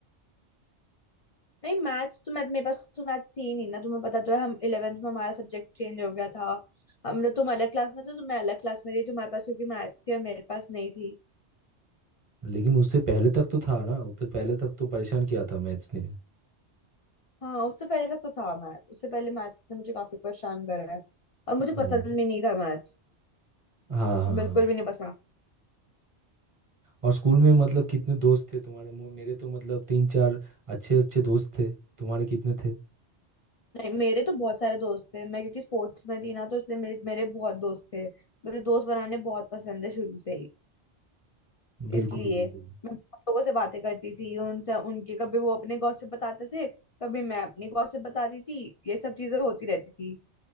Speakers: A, on the left (about 60°); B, on the right (about 30°).
A: नहीं मैथ्स तो मैं मेरे पास तो मैथ्स थी ही नहीं ना तुम्हें पता तो है हम 11th में हमारा सब्जेक्ट चेंज हो गया था हम मतलब तुम अलग क्लास में थे तो मैं अलग क्लास में थी तुम्हारे पास क्योंकि मैथ्स थी और मेरे पास नहीं थी
B: लेकिन उससे पहले तक तो था ना उससे पहले तक तो परेशान किया था मैथ्स ने
A: हाँ उससे पहले तक तो था मैथ्स उससे पहले मैथ्स ने मुझे काफी परेशान करा है और मुझे
B: हाँ
A: पसंद भी नहीं था मैथ्स
B: हाँ हाँ
A: बिल्कुल
B: हाँ
A: भी नहीं पसंद
B: और स्कूल में मतलब कितने दोस्त थे तुम्हारे मु- मेरे तो मतलब तीन चार अच्छे अच्छे दोस्त थे तुम्हारे कितने थे
A: नहीं मेरे तो बहुत सारे दोस्त थे मैं क्योंकि स्पोर्ट्स में थी ना तो इसलिए मेरे मेरे बहुत दोस्त थे मेरे दोस्त बनाने बहुत पसंद है शुरू से ही
B: बिल्कुल
A: इसलिए
B: बिल्कुल बिल्कुल
A: मैं बहुत लोगों से बातें करती थी उनसे उनके कभी वो अपने गॉसिप बताते थे कभी मैं अपनी गॉसिप बताती थी ये सब चीजें होती रहती थी